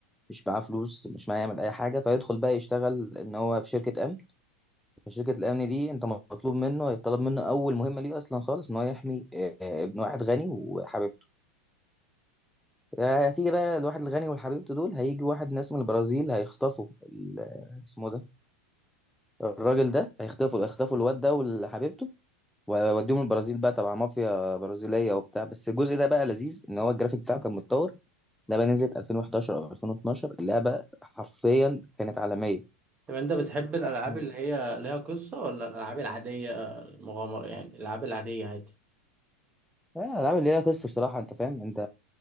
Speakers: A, in the centre; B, on the right (about 20°).
A: مش معاه فلوس مش معاه يعمل أي حاجة فيدخل بقى يشتغل إن هو في شركة أمن شركة الأمن دي أنت مطلوب منه يطلب منه أول مهمة ليه أصلا خالص إن هو يحمي آه، ابن واحد غني وحبيبته آه، هتيجي بقى الواحد الغني وحبيبته دول هيجي واحد ناس من البرازيل هيخطفوا ال- اسمه ده الراجل ده هيخطفوا هيخطفوا الواد ده وحبيبته ويوديهم البرازيل بقى تبع مافيا برازيلية وبتاع بس الجزء ده بقى لذيذ ان هو الجرافيك بتاعه كان متطور ده بقى نزلت 2011 او 2012 اللعبة حرفيا كانت عالمية
B: طب انت بتحب الالعاب
A: مم.
B: اللي هي ليها قصة ولا الالعاب العادية آه، مغامرة يعني الالعاب العادية عادي
A: لا الالعاب اللي ليها قصه بصراحه انت فاهم انت